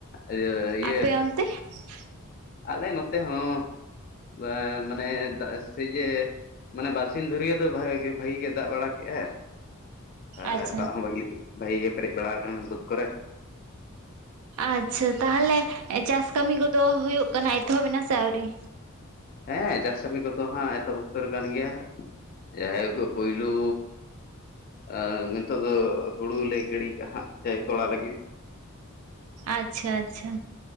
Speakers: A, on the left; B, on the right.
A: ᱤᱭᱟᱹ ᱤᱭᱟᱹ᱾
B: ᱟᱯᱮ <inaudible>
A: ᱟᱞᱮ ᱱᱚᱛᱮ ᱦᱚᱸ ᱵᱟ ᱢᱟᱱᱮ ᱫᱟᱜ ᱥᱮ ᱤᱭᱟᱹ᱾ ᱢᱟᱱᱮ ᱵᱟᱨᱥᱤᱧ ᱫᱷᱩᱨᱤᱭᱟᱹ ᱫᱚ ᱵᱷᱟᱜᱤ ᱜᱮ ᱫᱟᱜ ᱵᱟᱲᱟ ᱠᱮᱜᱼᱟᱭ ᱟᱨ
B: ᱟᱪᱪᱷᱟ
A: ᱫᱟᱜ ᱦᱚᱸ ᱵᱷᱟᱹᱜᱤ ᱜᱮ᱾ ᱵᱷᱟᱹᱜᱤ ᱜᱮ ᱯᱮᱨᱮᱡ ᱵᱟᱲᱟ ᱟᱠᱟᱱᱟ ᱵᱟᱹᱫ ᱠᱚᱨᱮ᱾ <unintelligible>
B: ᱟᱪᱪᱷᱟ ᱛᱟᱦᱚᱞᱮ ᱪᱟᱥ ᱠᱟᱹᱢᱤ ᱠᱚᱫᱚ ᱦᱩᱭᱩᱜ ᱠᱟᱱᱟ ᱮᱛᱚᱦᱚᱵ ᱮᱱᱟ ᱥᱮ ᱟᱹᱣᱨᱤ?
A: ᱦᱮᱸ ᱪᱟᱥ ᱠᱟᱹᱢᱤ ᱠᱚᱫᱚ ᱦᱟᱸᱜ ᱮᱛᱚᱵ ᱩᱛᱟᱹᱨ ᱟᱠᱟᱱ ᱜᱮᱭᱟ᱾ ᱡᱟᱦᱟᱭ ᱠᱚ ᱯᱚᱭᱞᱩᱻᱻ᱾ ᱟᱨ ᱱᱤᱛᱚᱜ ᱫᱚ ᱦᱩᱲᱩᱞᱮ ᱜᱤᱲᱤ ᱠᱟᱜᱼᱦᱟᱜ ᱟᱹᱭ ᱛᱚᱲᱟ ᱞᱟᱹᱜᱤᱫ᱾
B: ᱟᱪᱪᱷᱟ ᱟᱪᱪᱷᱟ